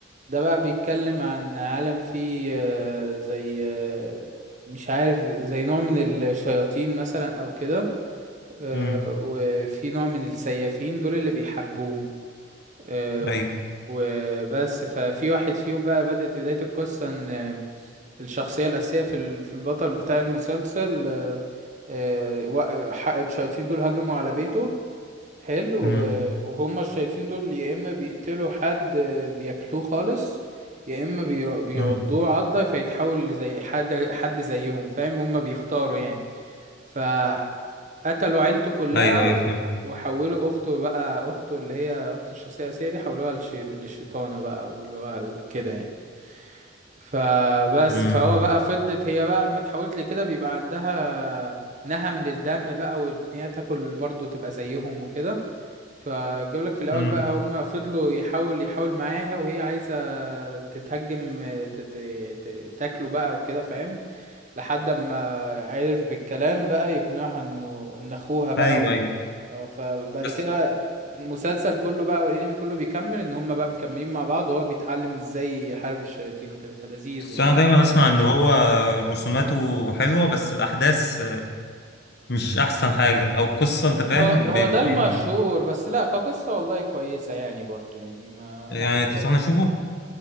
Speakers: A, on the right (about 40°); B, on the left (about 55°).
A: ده بقى بيتكلم عن عالم فيه آه، زي آه، مش عارف زي نوع من الشياطين مثلا او كده آه،
B: امم
A: وفي نوع من السيافين دول اللي بيحاربوهم آه،
B: ايوه
A: وبس ففي واحد فيهم بقى بدأت بداية القصة ان آه، الشخصية الأساسية في ال- في البطل بتاع المسلسل آه، آه، وا- ح- الشياطين دول هجموا على بيته حلو
B: امم
A: آه، وهما الشياطين دول يا اما بيقتلوا حد آه، بياكلوه خالص يا اما بي- بيعضوه
B: امم
A: عضة فيتحول زي حد حد زيهم فاهم هما بيختاروا يعني فقتلوا عيلته كلها
B: ايوه ايوه
A: و-
B: فاهم
A: وحولوا اخته بقى اخته اللي هي اخت الشخصية الأساسية دي حولوها للش- للشيطانة بقى واللي هو ال- كده يعني فبس
B: امم
A: فهو بقى فضلت هي بقى لما اتحولت لكده بيبقى عندها نهم للدم بقى وان هي تاكل برضه تبقى زيهم وكده فجابلك في الاول
B: امم
A: بقى هما فضلوا يحاول يحاول معاها وهي عايزه تتهجم ت- ت- ت- تاكله بقى وكده فاهم لحد ما عرف بالكلام بقى يقنعها انه ان اخوها بقى
B: ايوه
A: و-
B: ايوه
A: آه، فبعد
B: بس
A: كده بقى المسلسل كله بقى والانمي كله بيكمل ان هما بقى مكملين مع بعض وهو بيتعلم ازاي يحارب الشياطين وكده فلذيذ
B: بس
A: يعني
B: انا دايما اسمع ان هو رسوماته حلوة بس الأحداث مش <laughs> احسن حاجه او القصه انت فاهم
A: هو هو
B: بيبقى
A: ده
B: فيها
A: المشهور بس لا كقصة والله كويسة يعني برضو يعني ما
B: يعني
A: لا كويس
B: تنصحني اشوفه